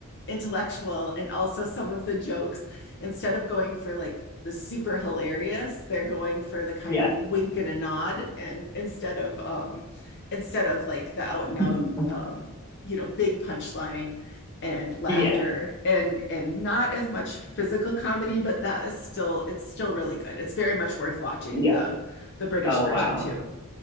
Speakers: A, on the left (about 55°); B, on the left (about 15°).
A: intellectual and also some of the jokes instead of going for like the super hilarious they're going for the kind
B: Yeah.
A: of wink and a nod and instead of um instead of like the out
B: <laughs>
A: and out um you know big punchline and laughter
B: Yeah.
A: and and not as much physical comedy but that is still it's still really good it's very much worth watching
B: Yeah.
A: the the british
B: Oh
A: version
B: wow.
A: too